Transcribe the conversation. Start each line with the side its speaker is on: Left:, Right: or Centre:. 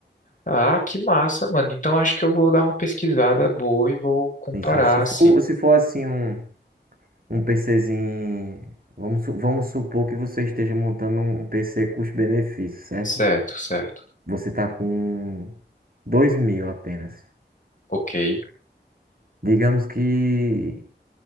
Left: Ah, que massa, mano. Então acho que eu vou dar uma pesquisada boa e vou comparar,
Right: Sim, sim. Se
Left: assim.
Right: for, se for assim, um. Um PCzinho. Vamos, su- vamos supor que você esteja montando um PC custo-benefício, certo?
Left: Certo, certo.
Right: Você está com 2 mil apenas.
Left: Ok.
Right: Digamos que